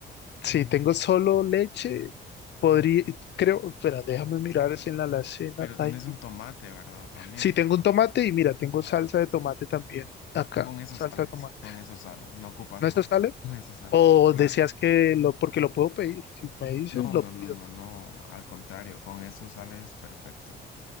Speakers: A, on the left; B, on the left.
A: Si tengo solo leche, podría, creo, espera, déjame mirar si en la alacena
B: Pero
A: hay.
B: tienes un tomate, ¿verdad? También.
A: Si tengo un tomate y mira, tengo salsa de tomate también acá,
B: Con eso
A: salsa
B: sales,
A: de tomate.
B: con eso sales, no ocupas
A: ¿No eso
B: más,
A: sale?
B: con eso sales,
A: ¿O
B: claro.
A: deseas que lo, porque lo puedo pedir? Si me dices,
B: No,
A: lo
B: no,
A: pido.
B: no, no, no, al contrario, con eso sales perfecto.